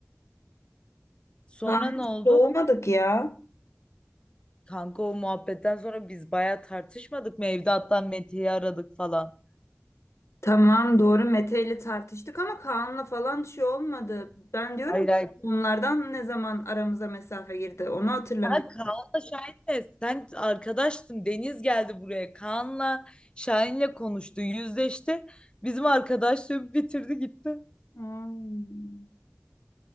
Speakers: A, on the left (about 20°); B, on the left (about 80°).
A: Sonra
B: Kanlı
A: ne oldu?
B: doğmadık ya.
A: Kanka o muhabbetten sonra biz baya tartışmadık mı? Evde hatta Mete'yi aradık falan.
B: Tamam doğru Mete ile tartıştık ama Kaan'la falan şey olmadı. Ben diyorum
A: Hayır
B: ki,
A: hayır.
B: bunlardan ne zaman aramıza mesafe girdi onu hatırlamıyorum.
A: Ha, Kaan'la Şahin'le sen arkadaştın. Deniz geldi buraya. Kaan'la Şahin'le konuştu. Yüzleşti. Bizim arkadaşlığı bitirdi gitti.
B: Hmm.